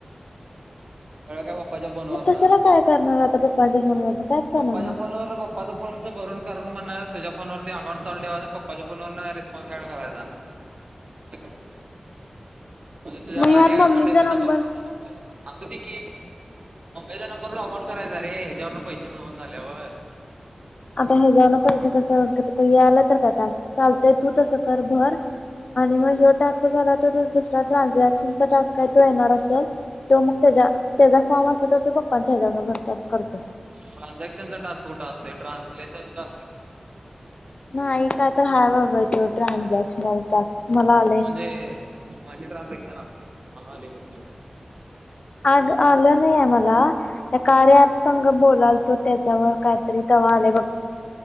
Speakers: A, on the right; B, on the left.
A: काय पप्पाच्या फोनवर
B: मग
A: ना
B: कशाला काय करणार आता पप्पांच्या फोनवरन कायच करणार
A: पप्पाच्या
B: नाही.
A: फोन वरन. पप्पाच फोनच भरून करून म तु्या फोनवरती अकाउंट चालू पप्पाच्या फोनवर रिस्पॉन् ऍड करायचा. च <unintelligible> म्हणजे तुझ्याडा
B: मग ह्यात
A: अनेक
B: मम्मीचा
A: अकाउंट येते
B: नंबर
A: ना पप्पा जच्या नंबर अस कि मुंबईचा नंबर लॉग आउट करायचा रे ह्याच्यावरून पैसे मिळवून झाल्यावर
B: आता हे जाऊन पैसे कस आलं तर का टास चालतंय तू तसं. भर आणि मग हयो टास्क. झा तर दुसरा ट्रान्झॅक्शनचा टास्कय तो येणार असेल. तो मग त्याच्या त्याचा फॉर्म असत तर तो पप्पांच्या ह्याच्याबून भरपच करतो.
A: ट्रान्झॅक्शनचा टास्क कुठं असतय ट्रान्सलेशनचा असतोय.
B: नाही काय तर हाय बाबा तेव ट्रानझॅक्शनल टास्क मला आलय.
A: ते. मनी ट्रान्झॅक्शन असते मला आले कुठल काय.
B: आग आलं नाही आहे मला त्या कार्य अँप संघ बोलालतो. तो त्याच्यावर काहीतरी तवा आले बघ.